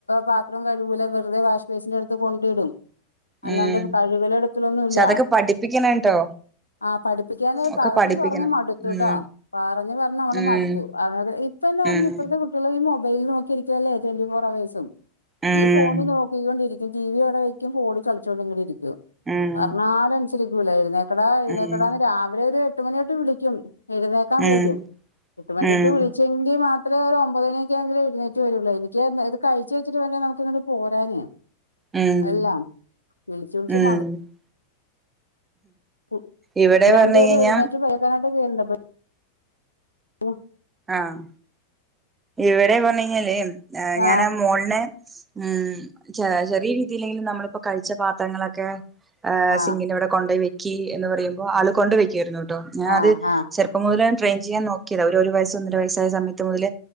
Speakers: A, on the left; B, on the right.
A: പാത്രം കഴ്കൂല വെറുതെ വാഷ് ബേസിൻ്റെ എടുത്ത് കൊണ്ടിടും അല്ലാണ്ട്
B: ഉം
A: കഴ്കലും എടുക്കലൊന്നുല്ല
B: പക്ഷെ അതൊക്കെ പഠിപ്പിക്കണംട്ടോ
A: ആഹ് പഠിപ്പിക്കാൻ
B: ഒക്കെ
A: പറഞ്ഞു
B: പഠിപ്പിക്കണം
A: പറഞ്ഞ് മടുത്തൂട്ടോ
B: ഉം
A: പറഞ്ഞ പറഞ്ഞ് നമ്മള്
B: ഉം
A: മടുത്തു അതത് ഇ ഇപ്പന്ന് പറഞ്ഞ
B: ഉം
A: ഇപ്പോഴത്തെ കുട്ടികളും ഈ മൊബൈല നോക്കിരിക്കല്ലേ ട്വന്റി ഫോർ അവേഴ്സും
B: ഉം
A: ഈ ഫോണ് നോ കി ക്കൊണ്ടിരിക്കും ടി വി അടെ വയ്ക്കും ഫോണി കളിച്ചോണ്ടിങ്ങനെ ഇരിക്കും
B: ഉം
A: പർഞ്ഞാല് അൻസരിക്കൂല എഴ്നേ കെട എഴ്ന്നേക്കെടാന്ന്
B: ഉം
A: രാവിലെ ഒരു എട്ട് മണിയൊട്ട് വിളിക്കും എഴ്ന്നേക്കാൻ
B: ഉം
A: വിളിക്കും എട്ട് മണി
B: ഉം
A: ഒട്ട് വിള് ചെങ്കി മാത്രേ ഒരു ഒമ്പത് മണിക്ക്യാങ്കിലേ എഴുന്നേറ്റ് വരൊള്ളൂ എനിക്ക് ഇത് കഴിച്ച വച്ചിട്ട് വേണ്ടേ നമുക്ക് ഇങ്ങ്ട് പോരാന്
B: ഉം
A: എല്ലാം വിളിച്ചു വിളിച്ചു
B: ഉം
A: മട് ഇപ്പൊ
B: ഇവിടെ
A: രണ്ടു
B: പറഞ്ഞ്
A: പേര്
B: കഴിഞ്ഞാ
A: എഴുന്നേറ്റ് പല്ലേക്കാനായിട്ട് കേറിണ്ട് ഓഹ്
B: ആഹ് ഇവിടെ പർഞ്ഞഴിഞ്ഞാല്
A: ആ
B: ഞാനാ മോൾനെ ഉം ചെ ചെറിയ രീതില്ലെങ്കിലും നമ്മളിപ്പോ കഴിച്ച പാത്രങ്ങളക്കെ ഏഹ്
A: ആ
B: സിംഗിന്റെ അവിടെ കൊണ്ടയ് വെക്കി എന്ന് പറയുമ്പോ ആള് കൊണ്ട് വെക്ക്യര്ന്നു ട്ടോ ഞാൻ
A: ആ
B: അത്
A: ആ
B: ചെറ് പ്പം മുതലേ ട്രെയിൻ ചിയ്യാൻ നോക്കിതാ ഒരു ഒര് വയസ്സ് ഒന്നര വയസ്സായ സമയത്ത് മുതല്